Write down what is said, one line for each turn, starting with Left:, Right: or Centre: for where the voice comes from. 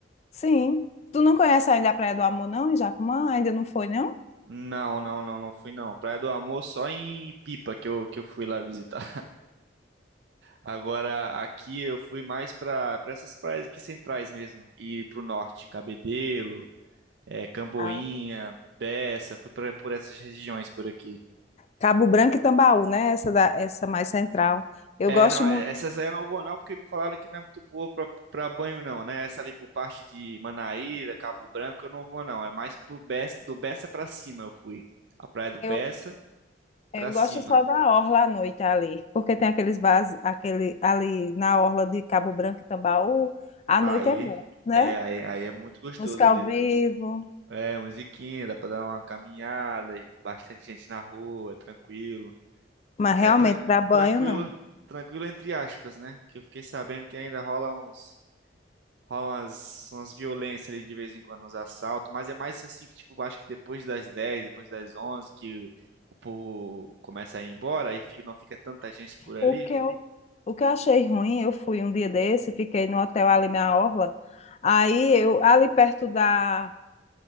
Left: Sim. Tu não conhece ainda a Praia do Amor, não, em Jacumã? Ainda não foi, não?
Right: Não, não, não, não fui não. Praia do Amor só em Pipa que eu, que eu fui lá visitar. Agora, aqui eu fui mais para para essas praias aqui centrais mesmo, e para o norte, Cabedelo, é, Camboinha,
Left: Ah,
Right: Bessa, fui pra, por essas regiões por aqui.
Left: Cabo Branco e Tambaú, né? Essa, da, essa mais central. Eu
Right: É,
Left: gosto
Right: não, é-
Left: muito.
Right: essas aí eu não vou não, porque me falaram que não é muito boa para para banho não, né? Essa ali por parte de Manaíra, Cabo Branco, eu não vou não, é mais pro Bessa, do Bessa para cima eu fui. A praia do Bessa
Left: Eu, eu
Right: para cima.
Left: gosto só da orla à noite ali, porque tem aqueles bares, aquele ali na orla de Cabo Branco e Tambaú, à
Right: Aí,
Left: noite é bom, né?
Right: é, aí, aí é muito gostoso
Left: Música
Right: ali.
Left: ao vivo.
Right: É, musiquinha, dá pra dar uma caminhada, bastante gente na rua, tranquilo.
Left: Mas
Right: É,
Left: realmente,
Right: tran-
Left: para banho,
Right: tranquilo,
Left: não.
Right: tranquilo entre aspas, né? Que eu fiquei sabendo que ainda rola uns, rola umas, umas violências ali de vez em quando, uns assaltos, mas é mais assim, tipo, acho que depois das 10, depois das 11, que o, o povo começa a ir embora, aí fica- não fica tanta gente por ali.
Left: O que eu, o que eu achei ruim, eu fui um dia desse, fiquei no hotel ali na Orla. Aí eu, ali perto da,